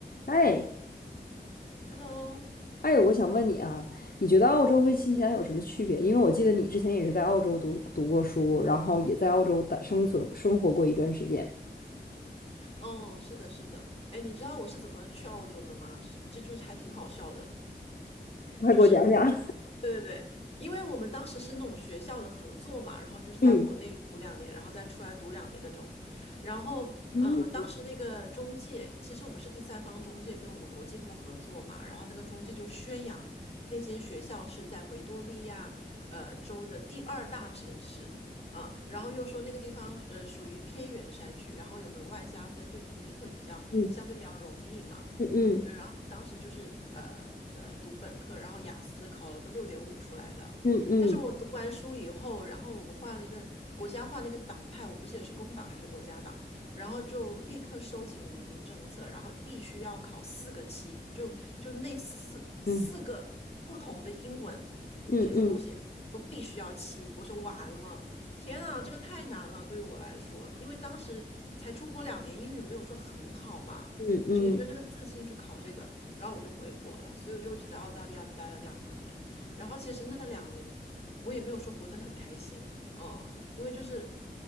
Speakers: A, on the left; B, on the left.
A: 哎
B: Hello，
A: 哎，我想问你啊，你觉得澳洲跟新西兰有什么区别？因为我记得你之前也是在澳洲读读过书，然后也在澳洲的生存生活过一段时间。
B: 哦，是的，是的，哎，你知道我是怎么去澳洲的吗？这这就是还挺好笑的。
A: 快给我讲讲。
B: 就是
A: <laughs>
B: 对对对，因为我们当时是那种学校的合作嘛，然后就是在国内读两年，
A: 嗯
B: 然后再出来读两年那种。然后，
A: 嗯
B: 呃，当时那个中介，其实我们是第三方中介跟我们国际部合作嘛，然后那个中介就宣扬那间学校是在维多利亚呃州的第二大城市。啊，然后又说那个地方呃属于偏远山区，然后有额外加分，就移民会比较相对比较容易嘛。
A: 嗯嗯嗯
B: 对，然后当时就是呃呃读本科，然后雅思考了个六点五出来的。
A: 嗯嗯
B: 但是我读完书以后，然后我们换了一个国家换了一个党派，我不记得是工党还是国家党，然后就立刻收紧了移民政策，然后必须要考四个七，就就那四四个不同的英文
A: 嗯嗯嗯
B: 听说读写都必须要七。我说完了，天啊，这个太难了，对于我来说，因为当时才出国两年，英语没有说很好嘛。
A: 嗯嗯
B: 就也没有那个自信去考这个，然后我就回国了，所以我就只在澳大利亚待了两年。然后其实那两年我也没有说活得很开心，啊，嗯因为就是